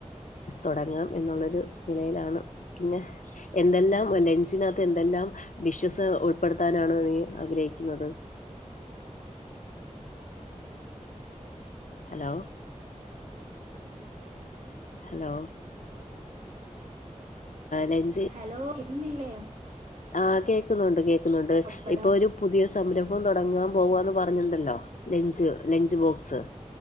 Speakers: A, on the left (about 75°); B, on the right (about 60°).
A: തുടങ്ങാം എന്നുള്ളൊരു നിലയിലാണ് പിന്നെ എന്തെല്ലാം ലഞ്ചിനകത്ത് എന്തെല്ലാം ഡിഷ്യസ് ഉൾപ്പെടുത്താനാണ് നീ ആഗ്രഹിക്കുന്നത് ഹലോ ഹലോ ലഞ്ച്
B: ഹലോ കേക്കുന്നില്ലേ
A: ആഹ് കേൾക്കുന്നുണ്ട് കേൾക്കുന്നുണ്ട്
B: പപ്പടം
A: ഇപ്പൊ ഒരു പുതിയ സംരം ഭം തുടങ്ങാൻ പോവാന്ന് പറഞ്ഞിണ്ടല്ലോ ലഞ്ച് ലഞ്ച് ബോക്സ്